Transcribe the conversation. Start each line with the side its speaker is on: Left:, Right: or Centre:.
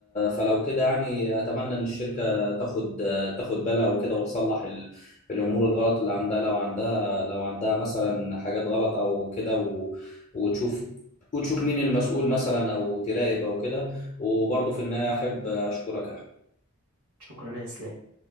Left: فلو كده يعني اتمنى ان الشركه تاخد آه، تاخد بالها وكده وتصلح ال... الامور الغلط اللي عندها لو عندها لو عندها مثلا حاجات غلط او كده و... وتشوف وتشوف مين المسؤول مثلا او تراقب او كده وبرضه في النهايه احب اشكرك يا أحمد.
Right: شكرا يا اسلام